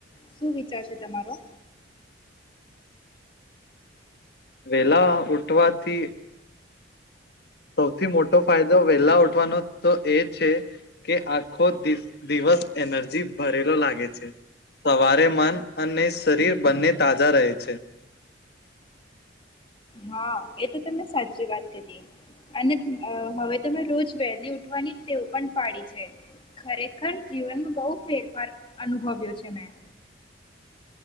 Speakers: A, on the left; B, on the left.
A: શું વિચારશે તમારો.
B: વેલા ઉઠવાથી સૌથી મોટો ફાયદો વહેલા ઉઠવાનો તો એ છે કે આખો દિસ દિવસ એનર્જી ભરેલો લાગે છે સવારે મન અને શરીર બંને તાજા રહે છે.
A: હા એ તો તમે સાચી વાત કરી અને હવે તો મે રોજ વહેલી ઉઠવાની ટેવ પણ પાડી છે ખરેખર જીવનમાં બહુ ફેરફાર અનુભવ્યો છે મેં.